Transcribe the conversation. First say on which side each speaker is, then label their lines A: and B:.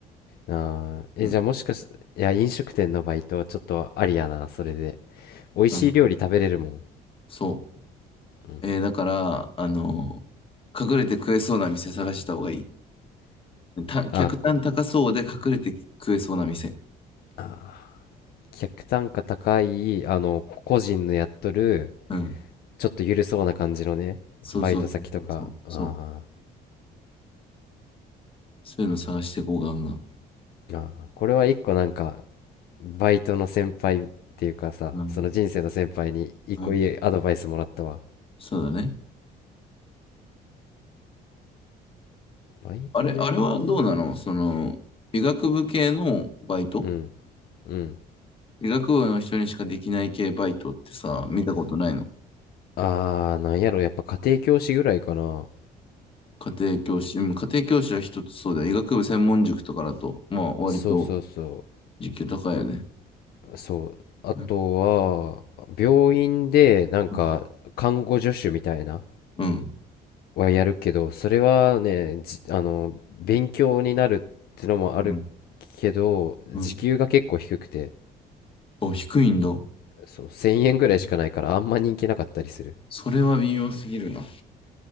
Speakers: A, on the left; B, on the left.
A: あーえじゃあもしかしいや飲食店のバイトちょっとありやなそれで
B: うん。
A: 美味しい料理食べれるもん、
B: うん。そ
A: うん
B: う。えーだから、あの、隠れて食えそうな店探した方がいい。た客単高そうで隠れて食えそうな店。
A: あーこあー客単価高いあの個人のやっとる
B: うん。
A: ちょっと緩そうな感じのねバイト先とかあ
B: そうそうそうそうそう。そう。そういうの探してこうガンガン。
A: ーあーこれは一個なんかバイトの先輩っていうかさその人生の先輩に一個いいアドバイスもらったわ
B: うん。うん。そうだね。
A: バイトね
B: あれ、あれはどうなのその、医学部系のバイト
A: うんうん
B: 医学部の人にしかできない系バイトってさ、見たことないの
A: あー、なんやろ、やっぱ家庭教師ぐらいかな。
B: 家庭教師。うん家庭教師は一つそうだよ。医学部専門塾とかだと、まあ、割と
A: そうそうそ
B: 時給高いよね。
A: う。そう。あとは、
B: うん。
A: 病院で、なんか、
B: うん。
A: 看護助手みたいな、
B: うん。
A: はやるけど、それはね、じ、あの、勉強になるってのもあるけど、
B: うん。うん
A: 時給が結構低くて、
B: お、低いんだ。う
A: そう、1000円ぐらいしかないから、
B: ん
A: あんま人気なかったりする。
B: それは微妙すぎるな。